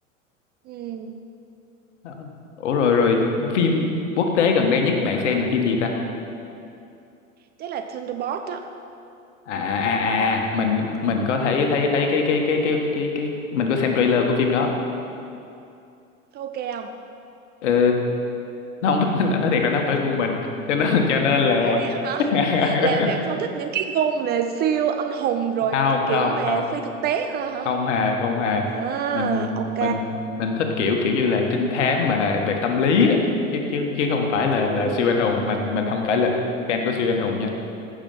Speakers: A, on the right (about 25°); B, on the left (about 60°).
A: ừ
B: Ờ. ủa rồi rồi phim quốc tế gần đây nhất bạn xem là phim gì ta
A: chắc là Thunderbolt á
B: à à à à, mình mình có thấy thấy thấy cái cái cái cái cái cái mình có xem trailer của phim đó
A: Thôi ok không
B: ờ, nó không phải nói thiệt là nó không phải gu mình cho nên cho nên là
A: ủa vậy hả
B: <laughs>
A: là bạn không thích những cái gu mà siêu anh hùng rồi
B: không
A: cái kiểu
B: không
A: mà
B: không
A: phi thực tế hả hả
B: không hề không hề
A: à
B: mình
A: ok
B: mình mình thích kiểu kiểu như là trinh thám mà về tâm lý á. chứ chứ chứ không phải là
A: ừ.
B: là siêu anh hùng mình mình không phải là fan của siêu anh hùng nha